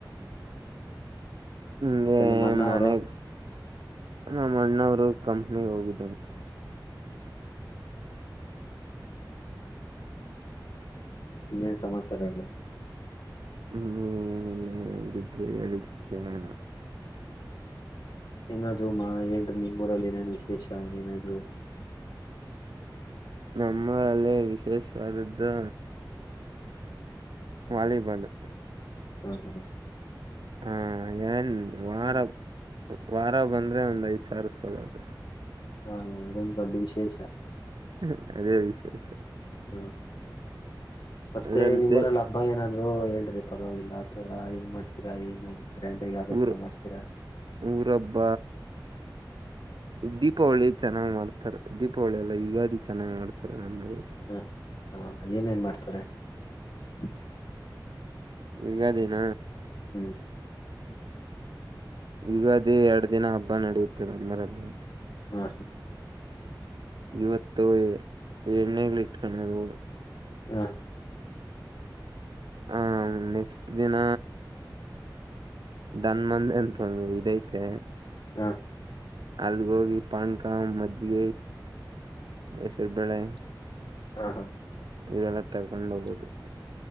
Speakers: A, on the left; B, on the right.
A: <unintelligible>
B: ಹಿಂಗೆ
A: ನಿಮ್ಮ ಅಣ್ಣ
B: ಮನೆಗ್
A: ಅವರು.
B: ನಮ್ಮ ಅಣ್ಣವರು ಕಂಪ್ನಿಗ ಹೋಗಿದ್ದಾನೆ.
A: ಇನ್ನೇನು ಸಮಾಚಾರ ಇಲ್ಲ
B: ಹ್ಮ್ ಹ್ಮ್ ಹ್ಮ್ ಏನನ್ನಾದರೂ ಇದ್ದರೆ ಹೇಳಿ ಕೇಳ್ಣ್
A: ಏನಾದರ್ ಹೇಳ್ರಿ ನಿನ್ ಊರಲ್ಲಿ ಏನೇ ವಿಶೇಷ ಏನಾದ್ರು
B: ನಮ್ಮೂರಲ್ಲಿ ವಿಶೇಷವಾದದ್ದು ವಾಲಿಬಾಲ್
A: ಹಾ, ಹಾ
B: ಹ್ಮ ಾನ್ ವಾರ <unintelligible> ವಾರ ಬಂದ್ರೆ ಒಂದ್ ಐದು ಸಾರ ಸಲದು
A: ಹಾ ಅದೊಂದು ದೊಡ್ಡ ವಿಶೇಷ.
B: ಹ್ಮ್ ಅದೇ ವಿಶೇಷ.
A: ಹ್ಮ ಮತ್ತೆ
B: ಅದ್ರಲ್ತೆ
A: ನಿಮ್ಮರೆಲ್ಲ ಹಬ್ಬ ಏನಾದ್ರು ಹೇಳ್ರಿ. ಪರವಾಗಿಲ್ಲ ಪರ ಹೆಂಗ್ ಮಾಡ್ತೀರಾ ಏನು. ಗ್ರ್ಯಾಂಡ್ ಆಗಿ ಯಾವ್ದ್ ಹಬ್ಬ
B: ಊರ್
A: ಮಾಡ್ತೀರಾ
B: ಊರಬ್ಬ ದೀಪಾವಳಿ ಚೆನ್ನಾಗ್ ಮಾಡ್ತಾರೆ ದೀಪ್ ಯೂಳೆಲ್ಲ ಯುಗಾದಿ ಚೆನ್ನಾಗಿ ಮಾಡ್ತ ನ <unintelligible>
A: ಹ ಹಾ ಏನ್ ಏನ್ ಮಾಡ್ತಿ <unintelligible>
B: ಯುಗಾದಿನ.
A: ಹ್ಮು
B: ಯುಗಾದಿ ಎರಡು ದಿನ ಹಬ್ಬ ನಡೆಯುತ್ತೆ ನಮ್ಮಊರಲ್ಲಿ
A: ಹ
B: ಇವತ್ತು ಎಣ್ಣೆಳಿ ಇಟ್ಕೊಳ್ಳದು
A: ಹಾ
B: ಹ್ಮ ನೆಕ್ಸ್ಟ ದಿನ ದನ್ ಮಂದ ಅಂತ ಇದಐತೆ
A: ಹಾ,
B: ಅಲ್ಗ ಹೋಗಿ ಪಾಣ್ಕಾಂ ಮಜ್ಗ ಹೆಸರು ಬೇಳೆ
A: ಹಾ ಹ.
B: ಇವೆಲ್ಲತ್ತ ಕಂಡು ಹೋಗೋುದು.